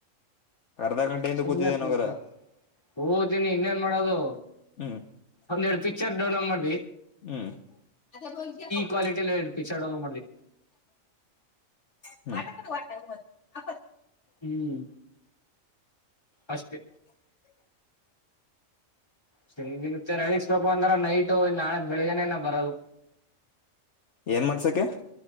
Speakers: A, on the left; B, on the left.
A: ಅರ್ಧ ಗಂಟೆಯಿಂದ
B: ಸುಮ್ನೆ
A: ಕೂತಿದ್ದೇನೋಗರ
B: ಕೂತೀನಿ ಕೋತೀನಿ ಇಂನೇನ್ ಮಾಡದು
A: ಹ್ಮ್
B: ಒಂದೆರೆಡು ಪಿಕ್ಚರ್ ಡೌನ್ಲೋಡ್ ಮಾಡಿಧಿ
A: ಹ್ಮ್ ಏನಂತ್ಯ ವಟಾ
B: ಕ್ವಾಲಿಟಿಲಿ ಎರಡು ಪಿಕ್ಚರ್ ಡೌನ್ಲೋಡ್ ಮಾಡ್ದಿ
A: ಕಡಟ <unintelligible>
B: ಹ್ಮ್ ಅಷ್ಟೇ ಸಿನ ದಿನತ್ತ ರಳಿಸಬೇಕು ಅಂದ್ರ ನೈಟ್ ನಾಳೆ ಬೆಳಿಗ್ನೇನ ಬರದು
A: ಏನ್ ಮಾಡ್ಸಕ